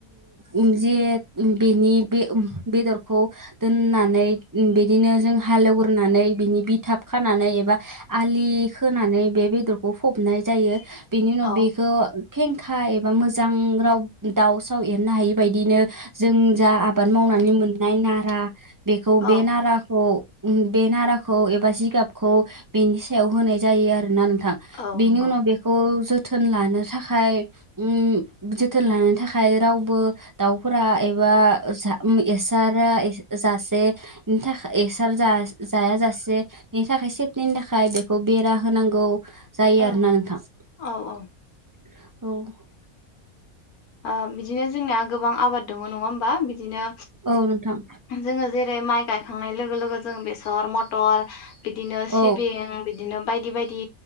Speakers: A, on the right (about 15°); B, on the left (about 80°).
A: उम जे बेनि बे बेदर- खौ दोननानै बिदिनो जों हालेवग्रोनानै बिनि बिथाब खानानै एबा आलि खोनानै बे बेदरखौ फबनाय जायो। बिनि उनाव
B: औ
A: बेखौ फेंखा एबा मोजां राव दाव साव एरनो हायि बायदिनो जों जा आबाद मावनानै मोन- नाय नारा बेखौ
B: औ
A: बे नाराखौ बे नाराखौ एबा जिगाबखौ बेनि सायाव होनाय जायो आरो ना नों- थां
B: औ
A: बिनि
B: नंगौ।
A: उनाव बेखौ जोथ - थोन लानो थाखाय उम जोथोन लानो थाखाय रावबो दाउफोरा एबा जा एस - सारा जासे थाखाय एस्सार हो जाया जासे बेनि थाखाय सेफटिनि थाखाय बेखौ बेरा होनांगौ। जायो
B: औ
A: आरोना नोंथां ।
B: औ औ
A: औ
B: अ बिदिनो जोंनिया गोबां आबाद दङ नङा होमबा बिदिनो
A: औ नों - थां
B: जोङो जेरै माइ गायखांनाय लोगो लोगो जों बेसर, मटर बिदिनो
A: औ
B: सिबिं बिदिनो बायदि बायदि।